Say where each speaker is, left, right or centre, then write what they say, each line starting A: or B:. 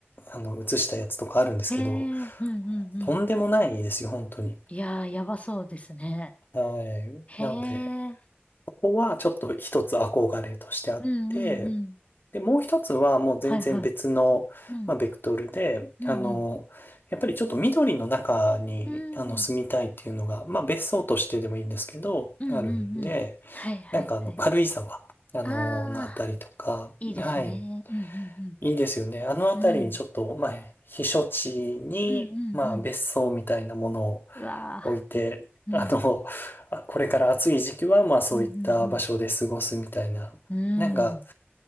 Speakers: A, on the left; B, on the left.
A: あの、映したやつとかあるんですけど、
B: へえ、うんうんうん。
A: とんでもないですよ、本当に。
B: いやー、やばそうですね。
A: はい。
B: へえ、
A: なので、
B: う
A: ここはちょっと一つ憧れとしてあって、
B: んうんうん。
A: で、もう一つはもう全然別の、
B: はいはい。うん、
A: まあ、ベクトルで、
B: うんうん。
A: あの、やっぱりちょっと緑の中に、
B: うん、
A: あの、住みたいっていうのが、まあ、別荘としてでもいいんですけど、
B: うんうんうん。
A: あるんで、
B: はいはいはい。
A: なんかあの、軽井沢、あの、
B: あ
A: のあたりとか、
B: ー、いいですね。
A: はい、
B: うんうんうん。
A: いいですよね。あのあたりにちょっと、
B: うん
A: まあ、避暑地に、
B: はいはいはいあいいですねうんうんうん。
A: まあ、別荘みたいなものを
B: うわ
A: 置いて、
B: ー。
A: あの、
B: うん、
A: あこれから暑い時期は、まあそういった場所で過ごすみたいな。
B: うん、うん、うん。
A: なんか、
B: うん、